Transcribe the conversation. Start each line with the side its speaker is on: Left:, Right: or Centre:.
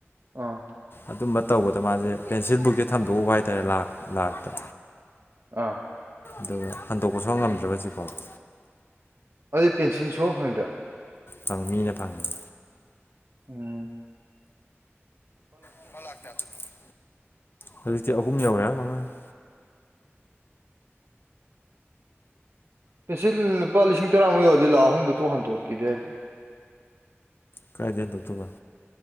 Right: ꯑꯣ
Left: ꯑꯗꯨꯝꯕ ꯇꯧꯕꯗ ꯃꯥꯖꯦ ꯄꯦꯟꯁꯤꯜ ꯕꯨꯛꯁꯦ ꯊꯝꯗꯣꯛꯎꯕ ꯍꯥꯏꯇꯥꯔꯦ ꯂꯥꯛ ꯂꯥꯛꯇ
Right: ꯑꯥ
Left: ꯑꯗꯨꯒ ꯍꯟꯗꯣꯛꯄ ꯁꯨꯉꯝ ꯉꯝꯗꯔ꯭ꯕ ꯍꯧꯖꯤꯛꯐꯥꯎꯗꯤ
Right: ꯑꯗꯨꯗꯤ ꯄꯦꯟꯁꯤꯜ ꯁꯨꯐ ꯐꯪꯗꯔ꯭ꯦ
Left: ꯐꯪ ꯃꯤꯅ ꯐꯪꯉꯦ
Right: ꯎꯝ
Left: ꯂꯨꯄꯥ ꯂꯥꯛ ꯀꯌꯥꯗ ꯊꯝꯃꯤ꯫ ꯍꯧꯖꯤꯛꯇꯤ ꯑꯍꯨꯝ ꯌꯧꯔꯦ ꯍꯥꯏꯕꯔꯥ ꯀꯩꯅꯣꯝ ꯍꯥꯏꯕꯅꯤ
Right: ꯄꯦꯟꯁꯤꯜ ꯂꯨꯄꯥ ꯂꯤꯁꯤꯡ ꯇꯔꯥꯃꯨꯛ ꯌꯧꯔꯗꯤ ꯂꯥꯛ ꯑꯍꯨꯝꯗꯣ ꯇꯣꯛ ꯍꯟꯗꯣꯛꯀꯦꯗꯦ ꯍꯥꯏꯗꯦ
Left: ꯀꯔꯥꯏꯗꯩꯩ ꯍꯟꯗꯣꯛꯇꯣꯏꯕ